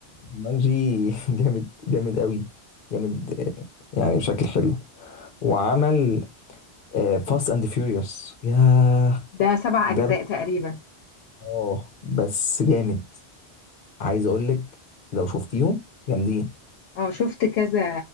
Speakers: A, on the left (about 55°); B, on the left (about 75°).
A: مانجي <laughs> جامد جامد قوي جامد آه، يعني بشكل حلو وعمل فاست اند فيوريوس ياه
B: ده سبع
A: ده
B: أجزاء
A: بقى-
B: تقريبا
A: اه بس جامد عايز اقول لك لو شفتيهم جامدين
B: اه شفت كذا